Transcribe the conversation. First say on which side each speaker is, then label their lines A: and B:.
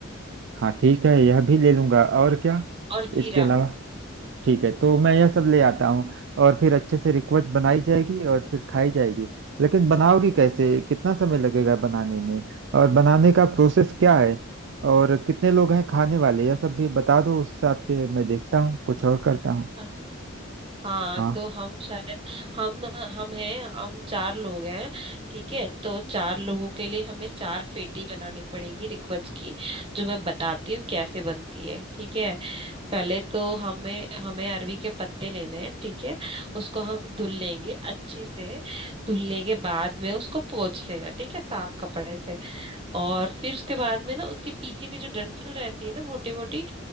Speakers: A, on the right; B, on the right.
A: हाँ ठीक है यह भी ले लूंगा और क्या
B: और जीरा
A: इसके अलावा ठीक है तो मैं यह सब ले आता हूँ और फिर अच्छे से रिक्वेस्ट बनाई जाएगी और फिर खाई जाएगी लेकिन बनाओगी कैसे कितना समय लगेगा बनाने में और बनाने का प्रोसेस क्या है और कितने लोग हैं खाने वाले यह सब भी बता दो उस हिसाब से मैं देखता हूँ कुछ और करता हूँ
B: अ, हाँ
A: हाँ
B: तो हम शायद हम हम हैं हम चार लोग हैं ठीक है तो चार लोगों के लिए हमें चार फेटी बनानी पड़ेगी रिक्वेस्ट की जो मैं बताती हूँ कैसे बनती है ठीक है पहले तो हमें हमें अरवी के पत्ते लेने हैं ठीक है उसको हम धुल लेंगे अच्छे से धुलने के बाद में उसको पोंछ लेना ठीक है साफ कपड़े से और फिर उसके बाद में ना उसके पीछे की जो डंठल रहती है ना मोटी मोटी